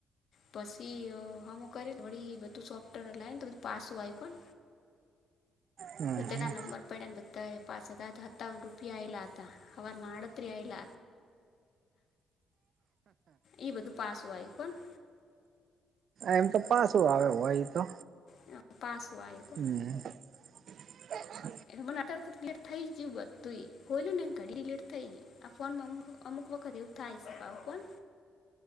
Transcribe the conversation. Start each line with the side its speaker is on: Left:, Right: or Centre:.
Left: પછી હમુ કરી વડી બધું સોફ્ટવેર લાવ ને તો બધું પાસું
Right: હમ
Left: તો તેના નંબર પડયા બતા પાછળ હ હતાન રૂપિયા આયલા હતા હવારમા આડતરી આલા ઈ બધું પાસું આવ્યું પણ
Right: એમ તો પાછું આવે હોય તો
Left: હા, પાછું આવ્યું કો
Right: હમ્મ <inaudible> <unintelligible>
Left: એટલે મને અત્યારે લેટ થઈ ગયું બધું બોલ્યું ને ઘડી લેટ થઈ ગયું આ ફોનમાં અમુક વખત એવું થાય શે કોણ